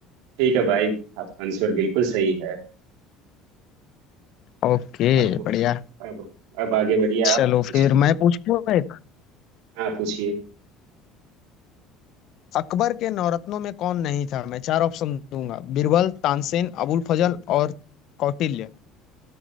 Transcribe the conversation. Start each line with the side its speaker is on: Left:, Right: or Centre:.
Right: ठीक है भाई आपका आंसर बिल्कुल सही है
Left: ओके
Right: आप
Left: बढ़िया
Right: अब अब आगे बढ़िए आप
Left: चलो
Right: पूछिए
Left: फिर
Right: तो
Left: मैं पूछूं एक
Right: हाँ पूछिए
Left: अकबर के नवरत्नों में कौन नहीं था मैं चार ऑप्शन दूंगा बीरबल तानसेन अबुल फजल और कौटिल्य